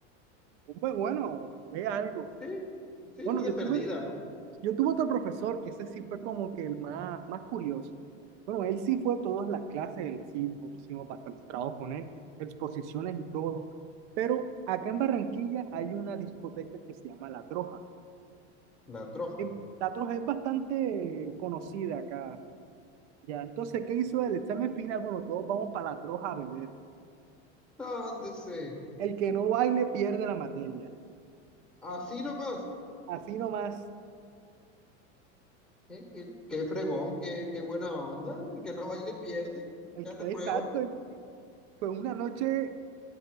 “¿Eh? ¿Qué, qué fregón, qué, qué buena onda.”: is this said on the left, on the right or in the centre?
Centre